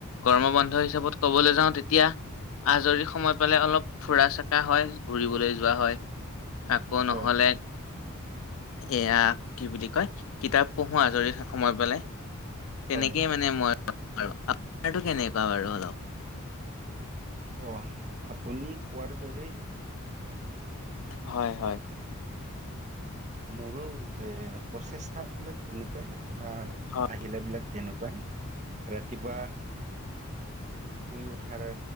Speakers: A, on the left; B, on the right.
A: গৰম বন্ধ হিচাপত কবলৈ যাওঁ। তেতিয়া আজৰি সময় পালে অলপ ফুৰা চকা হয় ঘূৰিবলৈ যোৱা হয়। আকৌ
B: হয়
A: নহ'লে এয়া কি বুলি কয় কিতাপ পঢ়ো আজৰি সময় পালে। তেনেকেই
B: হয়
A: মানে মই আপোনাৰটো কেনেকুৱা বাৰু অলপ
B: অ আপুনি কোৱাৰ দৰে-
A: হয়, হয়।
B: মোৰো এ প্ৰচেষ্টা বিলাক তেনেকুৱাই বা
A: হয়
B: আহিলে বিলাক। তেনেকুৱাই ৰাতিপুৱা। শুই উঠাৰ,